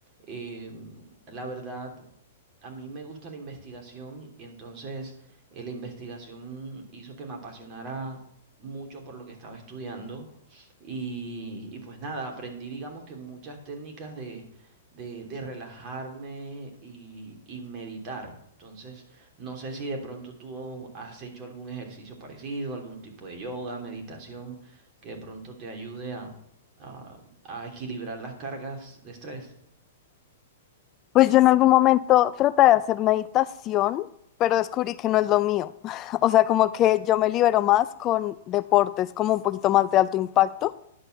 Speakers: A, on the right (about 40°); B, on the left (about 35°).
A: Eh, la verdad. A mí me gusta la investigación y entonces eh, la investigación hizo que me apasionara mucho por lo que estaba estudiando y, y pues nada, aprendí digamos que muchas técnicas de, de, de relajarme y, y meditar. Entonces, no sé si de pronto tú has hecho algún ejercicio parecido, algún tipo de yoga, meditación, que de pronto te ayude a, a, a equilibrar las cargas de estrés.
B: Pues yo en algún momento traté de hacer meditación, pero descubrí que no es lo mío. <laughs> O sea, como que yo me libero más con deportes como un poquito más de alto impacto